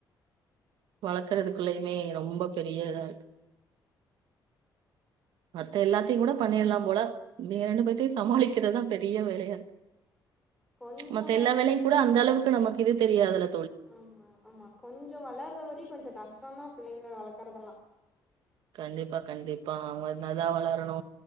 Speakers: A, on the right; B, in the centre.
A: வளக்கறதுக்கு பிள்ளையுமே ரொம்ப பெரிய இதா இருக்கு மத்த எல்லாத்தையு கூட பண்ணிடலா போல இவிங்க ரெண்டு பேத்தையு சமாளிக்கிறதுதா பெரிய வேலையா இருக்கு
B: கொஞ்சோ
A: மத்த எல்லா வேலையு கூட அந்த அளவுக்கு நமக்கு இது தெரியாதுல
B: ஆமா ஆமா கொஞ்சோ வளர்ற வரையு கொஞ்ச கஷ்டம்தா பிள்ளைங்கள வளக்கறதெல்லா
A: கண்டிப்பா கண்டிப்பா அவங்க இதா வளரணு